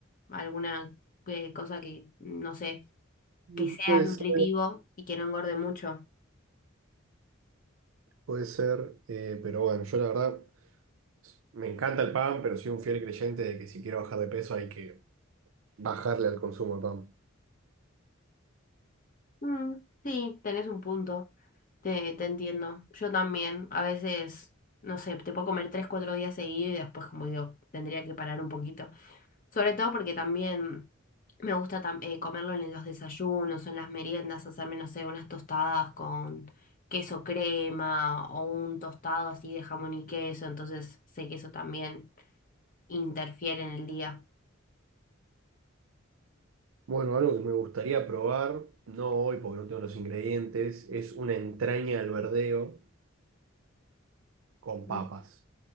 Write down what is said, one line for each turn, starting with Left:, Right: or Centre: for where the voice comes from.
Left: Alguna eh, cosa que, no sé,
Right: Mm.
Left: que sea
Right: Puede
Left: nutritivo
Right: ser,
Left: y que no engorde mucho.
Right: puede ser, eh, pero bueno, yo la verdad me encanta el pan, pero soy un fiel creyente de que si quiero bajar de peso hay que bajarle al consumo de pan.
Left: Mm, sí, tenés un punto. Te, te entiendo. Yo también. A veces, no sé, te puedo comer tres, cuatro días seguidos y después, como digo, tendría que parar un poquito. Sobre todo porque también me gusta tam- eh, comerlo en los desayunos o en las meriendas, hacerme, no sé, unas tostadas con queso crema o un tostado así de jamón y queso, entonces sé que eso también interfiere en el día.
Right: Bueno, algo que me gustaría probar, no hoy porque no tengo los ingredientes, es una entraña al verdeo con
Left: Mm.
Right: papas.